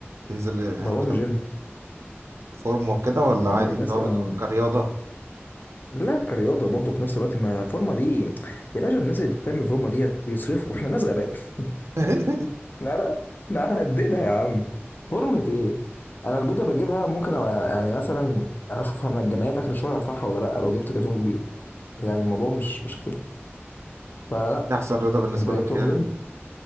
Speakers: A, on the right; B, on the left.
A: بتنزل يعني
B: بروح
A: انت
B: الجيم
A: فورم وكده ولا
B: يعني
A: عادي اللي
B: مثلا
A: هو بتروح كرياضه
B: لا كرياضة برضه في نفس الوقت ما فورمة دي يا باشا الناس اللي بتعمل فورمة ديت بيصرفوا <laughs> احنا ناس غلابة <laughs>
A: <laughs>
B: احنا على احنا على <laughs> قدنا يا عم فورمة ايه أنا البيضة بجيبها ممكن أو يعني مثلا أشوفها أنا الجمعية في آخر الشهر هدفعها ولا لأ لو جبت كرتون البيض يعني الموضوع مش مش كده فلا
A: احسن رياضه بالنسبه
B: انت ايه
A: لك
B: بتروح
A: هي ال...
B: جيم